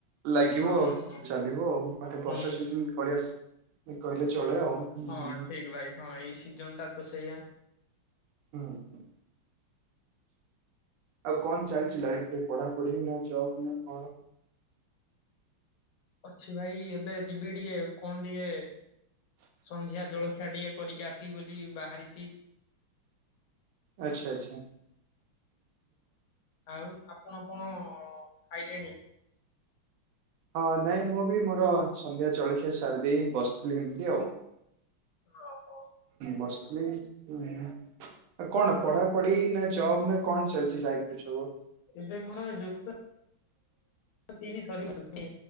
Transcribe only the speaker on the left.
ହଁ
ହଁ
ହୁଁ
ହଁ ଠିକ ଭାଇ ହଁ ଏଇ ସିଜନ ଟା ତ ସେଇଆ।
ଅଛି ଭାଇ ଏବେ ଯିବି ଟିକେ କଣ ଟିକେ। ସନ୍ଧ୍ୟା ଜଳଖିଆ ଟିକେ କରିକି ଆସିବି ବୋଲି ବାହାରିଚି।
ଆଉ ଆପଣ କଣ ଖାଇଲେଣି?
ହଁ ହୁ
ଏବେ ମୋର ଯୁକ୍ତ ତିନି ସରିବ ନି